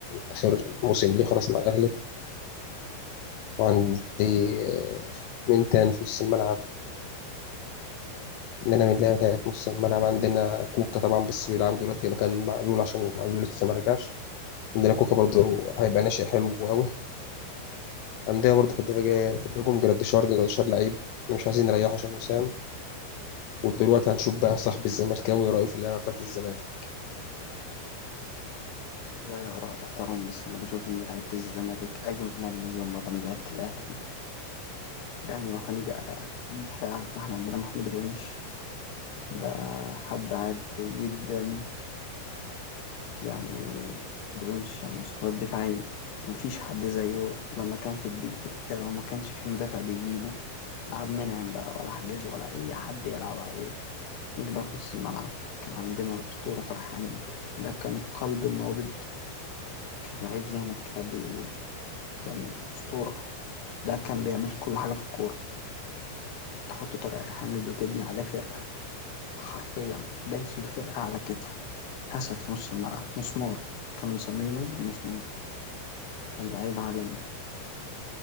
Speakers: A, on the left (about 80°); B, on the left (about 65°).
A: آخر موسم ليه خلاص مع الأهلي وعندي آه، مين تاني في نص الملعب عندنا من لعبة تانية في نص الملعب عندنا كوكا طبعا بس بيلعبوا دلوقتي مكان معلول عشان معلول لسه ما رجعش عندنا كوكا برضه هيبقى ناشئ حلو قوي عندنا برضه في الدفاع في الهجوم جراديشار جراديشار لعيب احنا مش عايزين نريحه عشان وسام ودلوقتي هنشوف بقى صاحب الزمالكاوي رأيه في اللعبة بتاعت الزمالك
B: والله آراء تحترم بس أنا بشوف إن لعيبة الزمالك أجمل مليون مرة من لعيبة الأهلي يعني لو هنيجي على الدفاع فإحنا عندنا محمود الونش ده حد عادي جدا يعني الونش مستوى الدفاعي مفيش حد زيه لما كان في البيك بتاعه ما كانش في مدافع بيجيبه لا عبد المنعم بقى ولا حجازي ولا أي حد يلعب عليه نيجي بقى في نص الملعب كان عندنا الأسطورة طارق حامد ده كان القلب النابض كان لعيب زي ما الكتاب بيقول كان أسطورة ده كان بيعمل كل حاجة في الكورة تحط طارق حامد وتبني عليه فرقة حرفيا ده يشيل فرقة على كتفه أسد في نص الملعب مسمار كانوا مسمينه المسمار كان لعيب عالمي